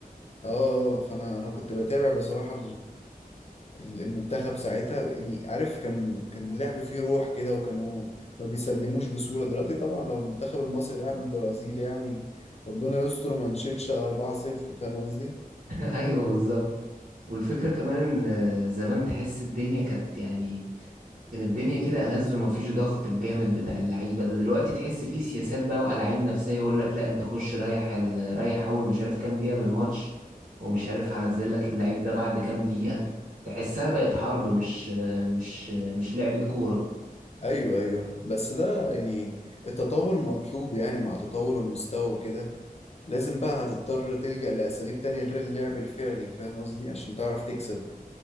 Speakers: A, on the left; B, on the right.
A: اه آه، آه، فانا انا كنت بتابع بصراحة ال- المنتخب ساعتها يعني عارف كان كان اللعب فيه روح كده وكانوا ما بيسلموش بسهولة دلوقتي طبعا لو المنتخب المصري لعب البرازيل يعني ربنا يستر ما نشيلش 4-0 فاهم قصدي؟
B: <laughs> ايوه بالظبط والفكره كمان ان زمان تحس الدنيا كانت يعني كان الدنيا كده ألذ ومفيش ضغط الجامد بتاع اللعيبه ده دلوقتي تحس فيه سياسات بقى وألاعيب نفسيه يقول لك لا انت خش ريح ال... ريح اول مش عارف كام دقيقه من الماتش ومش عارف هنزل لك اللعيب ده بعد كام دقيقه تحسها بقت حرب مش مش مش لعبه كوره
A: ايوه ايوه بس ده يعني التطور مطلوب يعني مع تطور المستوى وكده لازم بقى هتضطر تلجأ لأساليب تانية غير اللعب الفعلي فاهم قصدي؟ عشان تعرف تكسب